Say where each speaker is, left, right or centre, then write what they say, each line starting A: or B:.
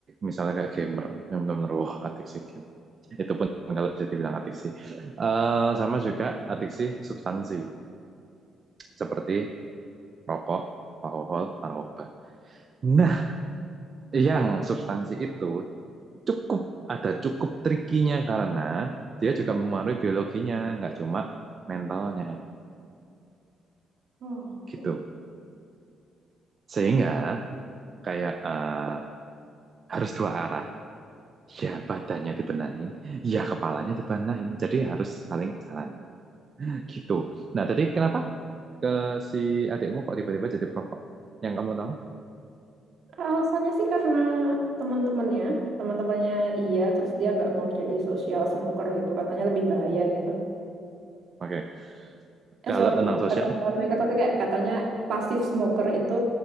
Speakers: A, on the right (about 40°); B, on the right (about 65°).
A: misalnya kayak gamer yang benar-benar wah adiksi game. Itu pun kalau bisa dibilang adiksi. Eh, sama juga adiksi substansi seperti rokok, alkohol, narkoba. Nah, yang substansi itu cukup ada cukup trikinya karena dia juga mempengaruhi biologinya, nggak cuma mentalnya.
B: Oh,
A: gitu.
B: oke.
A: Sehingga kayak eh, harus dua arah. Ya badannya dibenahin, ya kepalanya dibenahin. Jadi harus saling jalan gitu. Nah tadi kenapa ke si adikmu kok tiba-tiba jadi perokok? Yang kamu tahu?
B: Alasannya sih karena teman-temannya, teman-temannya iya, terus dia nggak mau jadi social smoker gitu, katanya lebih bahaya gitu.
A: Oke,
B: Eh
A: Kalau
B: sorry,
A: tentang
B: bukan
A: sosial,
B: social smoker tapi kayak katanya pasif smoker itu